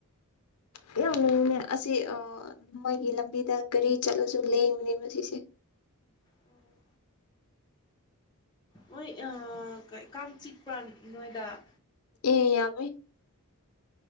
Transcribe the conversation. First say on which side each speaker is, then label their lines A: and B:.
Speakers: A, on the left; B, on the left.
A: ꯀꯌꯥꯝ ꯂꯩꯅꯦ ꯑꯁꯤ ꯃꯣꯏꯒꯤ ꯂꯝꯕꯤꯗ ꯒꯥꯔꯤ ꯆꯠꯂꯁꯨ ꯂꯦꯡꯕꯅꯦ ꯁꯤꯁꯦ
B: ꯎꯝ ꯃꯣꯏ ꯑ ꯀꯥꯟꯆꯛ ꯄ꯭ꯔꯥꯥꯟ ꯅꯣꯏꯗꯥꯛ
A: ꯑꯦ ꯌꯥꯃꯦ